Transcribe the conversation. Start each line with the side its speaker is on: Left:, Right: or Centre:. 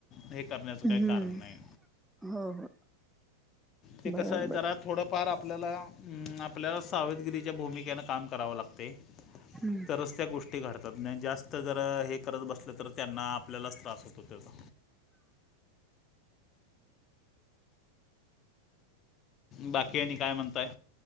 Left: हे करण्याचं काही
Centre: हम्म,
Left: कारण नाही
Centre: हो हो!
Left: ते
Centre: बर
Left: कसं आहे
Centre: बर
Left: जरा थोडंफार आपल्याला हम आपल्याला सावधगिरीच्या भूमिकेने काम करावं लागतय
Centre: हम्म
Left: तरच त्या गोष्टी ते घडतात नाही जास्त जर हे करत बसलं तर त्यांना आपल्यालाच त्रास होतो तेचा. बाकी आणि काय म्हणताय?